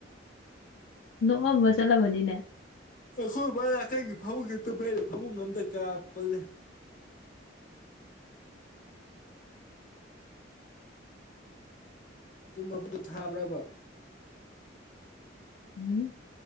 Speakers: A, on the left (about 65°); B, on the left (about 45°).
A: ꯅꯣꯡ ꯃꯁꯂ ꯃꯅꯤ
B: ꯑꯩꯈꯣꯏ ꯕꯔꯥ ꯀꯩꯒꯤ ꯐꯕꯨꯡꯒꯤꯦꯛꯇꯕꯔꯦ ꯐꯕꯨꯡ ꯑꯝꯇ ꯀꯌꯥ ꯄꯜꯂꯦ ꯇꯨꯝ ꯃꯄꯨꯗꯨ ꯊꯥꯕ꯭ꯔꯕ
A: ꯎꯝ